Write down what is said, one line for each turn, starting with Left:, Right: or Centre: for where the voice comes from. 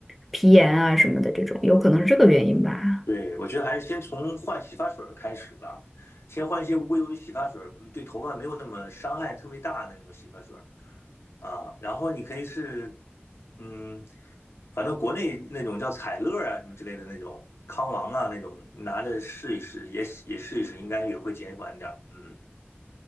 Centre: 皮炎啊什么的这种，有可能是这个原因吧。
Left: 对，我觉得还是先从换洗发水儿开始吧，先换一些无硅油的洗发水儿，嗯对头发没有那么伤害特别大的那种洗发水儿。啊，然后你可以是，嗯，反正国内那种叫彩乐啊什么之类的那种，康王啊那种，拿着试一试，也也试一试，应该也会减缓点儿。嗯，